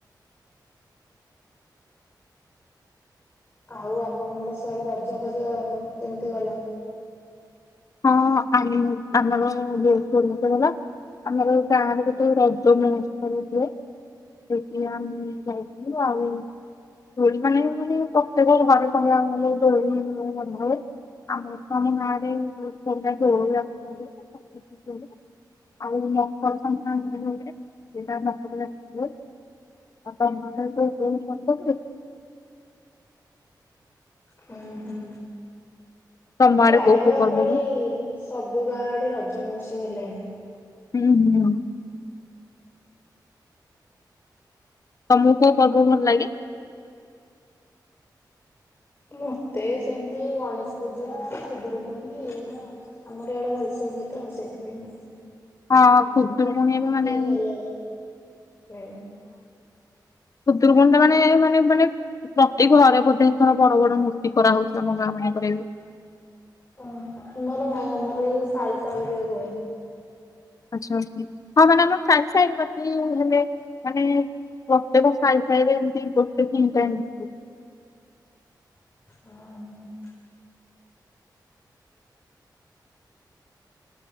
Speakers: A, on the left; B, on the left.
A: ଆଉ ଆପଣଙ୍କର ସିଆଡେ ରଜ ଫଜ କେମିତି ଗଲା?
B: ହଁ ଆମେ ଆମେ ପା <unintelligible> ଆମର ଗାଁରେ ଗୋଟେ ରଜ ମହୋତ୍ସବ ହୁଏ। ସେଠି ଆମେ ଯାଇଥିଲୁ ଆଉ। ଦୋ <unintelligible> ଳି ମାନେ ମାନେ ପ୍ରତ୍ୟେକ ଘରେ ସଙ୍ଗ ଆଲେ ଦଳିରେ ଅଗରୁ ତ ଆମ ଗାଁ ରେ <unintelligible> ଆଉ ମକର ସଂକ୍ରାନ୍ତି ରେ ହୁଏ ସେଟା ମକର <unintelligible> ଆଉ ତ ମାନ କ ବହୁରେ। <unintelligible>
A: ହୁଁ ହୁଁ।
B: ତମ ଆଡେ
A: ପ୍ରାୟ
B: କୋଉ କୋଉ
A: ଏପାଳି
B: ପର୍ବ ହୁଏ?
A: ସବୁ ଗାଁ ଆଡେ ରଜ ମହୋତ୍ସବ ହେଲାଣି।
B: ହୁଁ ହୁଁ। ତମୁକୁ କୋଉ ପର୍ବ ଭଲ ଲାଗେ?
A: ମତେ ସେମିତି ଗଣେଶ ପୂଜା ଖୁଦୁରୁକୁଣୀ ଏଇଗୁଡା ଆଉ। ଆମର ୟାଡେ ଭଲସେ ହୁଏ ତ ସେଥିପାଇଁ ମୁଁ
B: ହଁ ଖୁଦୁରୁକୁଣୀ ଏବେ ମାନେ
A: ଭଲ
B: ହଁ।
A: ଲାଗେ।
B: ଖୁଦୁରୁକୁଣୀ ଟା ମାନେ ମାନେ ମାନେ ପ୍ରତି ଘରେ ବୋଧେ ଏଥର ବଡ ବଡ ମୂର୍ତ୍ତି କରାହଉଛି ଆମ ଗାଁ ମାନଙ୍କରେ।
A: ଓ ଆମର ନାଇଁ ଆମର ଏଇ ସାଇ ସାଇ ରେ ହୁଏ।
B: ଆଛା ହଁ ମାନେ ଆମ ସାଙ୍ଗେ ସାଙ୍ଗେ <unintelligible> ହେଲେ ମାନେ ପ୍ରତେକ ସାଇ ସାାଇ ରେ ଏମିତି ଗୋଟେ ଦିଟା ଏମତି।
A: <inaudible>